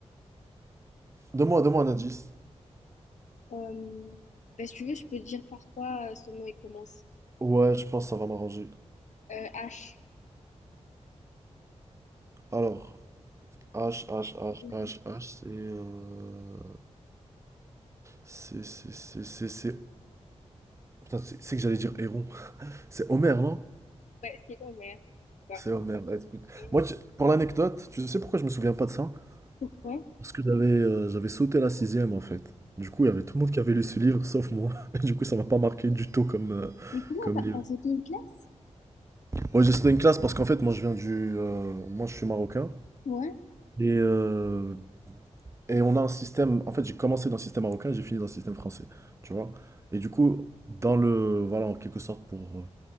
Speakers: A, on the right (about 25°); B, on the left (about 85°).
A: Donne-moi, donne-moi un indice.
B: Euh, bah, si tu veux, je peux te dire par quoi euh, son nom il commence.
A: Ouais, je pense que ça va m'arranger.
B: Euh, H.
A: Alors, H, H, H,
B: Mhm.
A: H, H, c'est... euh, C'est, c'est, c'est, c'est... c'est- Putain, c'est c'est que j'allais dire Héron. C'est Homer, non?
B: Ouais, c'est Homer. Bah,
A: C'est Homer. Ouais, Écoute,
B: euh,
A: moi, tu- pour l'anecdote, tu sais pourquoi je me souviens pas de ça?
B: pourquoi?
A: Parce que j'avais euh, j'avais sauté la sixième en fait. Du coup, il y avait tout le monde qui avait lu ce livre, sauf moi. <laughs> Et du coup, ça m'a pas marqué du tout comme, euh,
B: Mais comment
A: comme
B: t'as
A: livre.
B: t'as sauté une classe?
A: Ouais, j'ai sauté une classe parce qu'en fait, moi, je viens du... euh, moi, je suis marocain.
B: Ouais.
A: Et, euh, et on a un système... En fait, j'ai commencé dans le système marocain et j'ai fini dans le système français. Tu vois? Et du coup, dans le... Voilà, en quelque sorte, pour... euh,